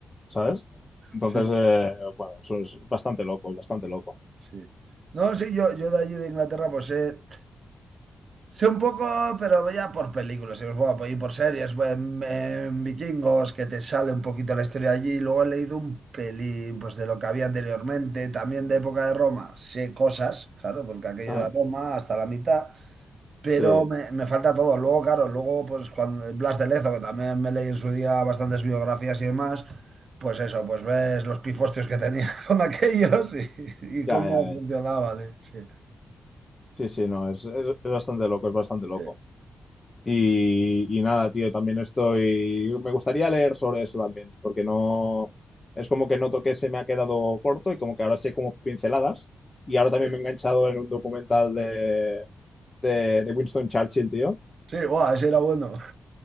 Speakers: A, on the left; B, on the right.
A: ¿sabes? Entonces,
B: sí,
A: eh, bueno, eso es bastante loco, es bastante loco.
B: sí. No, sí, yo, yo de allí de Inglaterra, pues sé. Sé un poco, pero ya por películas, y os voy a apoyar por series, voy en, en Vikingos, que te sale un poquito la historia allí. Luego he leído un pelín pues, de lo que había anteriormente, también de época de Roma. Sé cosas, claro, porque aquello
A: Ajá.
B: era Roma hasta la mitad, pero
A: Sí,
B: me, me falta todo. Luego, claro, luego, pues cuando Blas de Lezo, que también me leí en su día bastantes biografías y demás, pues eso, pues ves los pifostios que tenía <laughs> con aquellos y, y
A: ya,
B: cómo
A: ya
B: funcionaba.
A: ves.
B: de- Sí,
A: Sí, sí, no, es, es, es bastante loco, es bastante loco.
B: sí,
A: Y, y nada, tío, también estoy... Me gustaría leer sobre eso también, porque no... Es como que noto que se me ha quedado corto y como que ahora sé como pinceladas. Y ahora también
B: sí,
A: me he enganchado en un documental de, de, de Winston Churchill, tío,
B: sí, buah, ese era bueno.